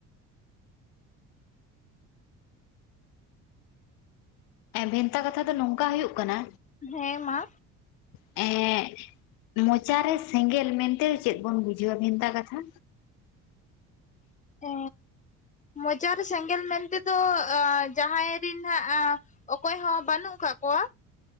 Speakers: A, on the left; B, on the left.
A: ᱮ ᱵᱷᱮᱱᱛᱟ ᱠᱟᱛᱷᱟ ᱫᱚ ᱱᱚᱝᱠᱟ ᱦᱩᱭᱩᱜ ᱠᱟᱱᱟ
B: ᱦᱮᱸ ᱢᱟ
A: ᱮᱸ ᱢᱚᱪᱟᱨᱮ ᱥᱮᱸᱜᱮᱞ ᱢᱮᱱᱛᱮ ᱪᱮᱫ ᱵᱚᱱ ᱵᱩᱡᱷᱟᱹᱣᱟ ᱵᱷᱮᱱᱛᱟ ᱠᱟᱛᱷᱟ?
B: ᱮ ᱢᱚᱪᱟᱨ ᱥᱮᱸᱜᱮᱞ ᱢᱮᱱ ᱛᱮᱫᱚ ᱡᱟᱦᱟᱸᱭ ᱨᱤᱱ ᱦᱟᱸᱜ ᱚᱠᱚᱭ ᱦᱚᱸ ᱵᱟᱹᱱᱩᱜ ᱠᱟᱜ ᱠᱚᱣᱟ